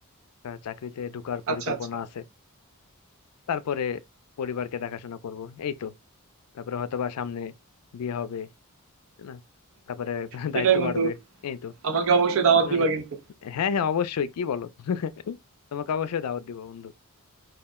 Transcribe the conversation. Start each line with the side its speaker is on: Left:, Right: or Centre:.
Left: একটা চাকরিতে ঢোকার পরিকল্পনা
Right: আচ্ছা আচ্ছা
Left: আছে তারপরে পরিবারকে দেখাশোনা করব এই তো তারপরে হয়তোবা সামনে বিয়ে হবে তাই না তারপরে <laughs>
Right: সেটাই
Left: দায়িত্ব
Right: বন্ধু
Left: বাড়বে এই তো
Right: আমাকে অবশ্যই দাওয়াত দিবা
Left: অনেক-
Right: কিন্তু
Left: হ্যাঁ হ্যাঁ অবশ্যই কি বলো তোমাকে অবশ্যই দাওয়াত দিব বন্ধু